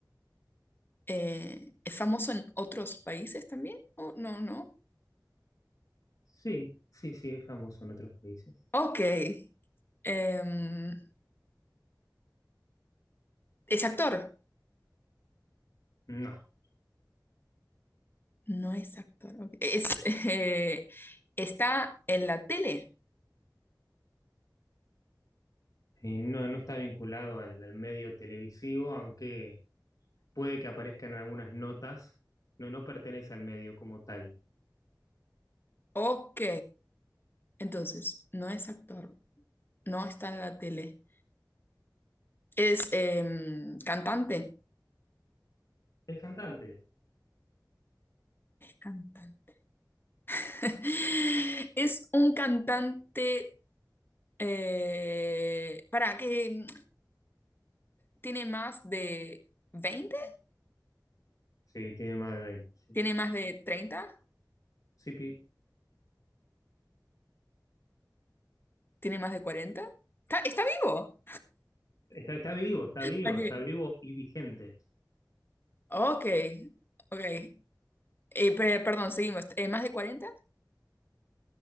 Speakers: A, on the left; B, on the left.
A: Eh, ¿es famoso en otros países también? Oh, no, no.
B: Sí, sí, sí, es famoso en otros países.
A: Ok. Em, es actor.
B: No,
A: No es actor. ok. Es, <laughs> eh, está en la tele.
B: Eh, no, no está vinculado al, al medio televisivo, aunque puede que aparezcan algunas notas. No, no pertenece al medio como tal.
A: Ok. Entonces, no es actor. No está en la tele. Es em, cantante.
B: ¿Es cantante?
A: Cantante. <laughs> Es un cantante eh, para que mm, tiene más de veinte
B: Sí, tiene más de 20. sí.
A: tiene más de treinta
B: Sí, pi-
A: tiene más de cuarenta ¿Está, está vivo?
B: está, está vivo, está
A: <laughs>
B: vivo,
A: aquí.
B: está vivo y vigente.
A: Ok, ok. Eh, pe- perdón, seguimos. Eh, ¿más de cuarenta